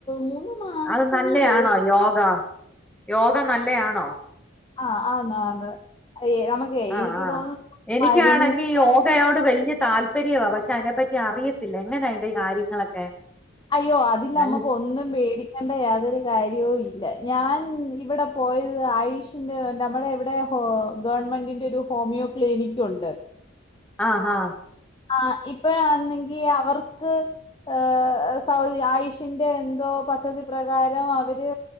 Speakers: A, on the left; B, in the centre.
A: മൂന്ന് മാസം
B: അത് നല്ലയാണോ
A: പോയി.
B: യോഗ യോഗ നല്ലയാണോ
A: ആഹ് ആന്ന് ആന്ന്. ഏ നമുക്കേ
B: ആഹ്
A: എനിക്ക്
B: ആഹ്
A: തോന്നുന്നു
B: എനിക്കാണെങ്കിൽ
A: മരുന്നിനേക്കാ
B: യോഗയോട് വലിയ താല്പര്യ താര്യവാ പക്ഷെ അതിനെപ്പറ്റി അറിയത്തില്ല എങ്ങനെ അയിൻറെ കാര്യങ്ങളൊക്കെ
A: അയ്യോ അതില് നമ്മുക്ക്
B: ഏഹ്
A: ഒന്നും പേടിക്കേണ്ട യാതെ കാര്യവും ഇല്ല ഞാൻ ഇവിടെ പോയത് ആയുഷിന്റെ നമ്മുടെ ഇവിടെ ഹോ ഗ് ഗവൺമെന്റിന്റെ ഒരു ഹോമിയോ ക്ലിനിക് ഉണ്ട്.
B: ആഹ് ഹ.
A: ആ ഇപ്പ ആന്നെങ്കി അവർക്ക് ഹ സൗ ആയുഷിന്റെ എന്തോ പദ്ധതി പ്രകാരം അവര്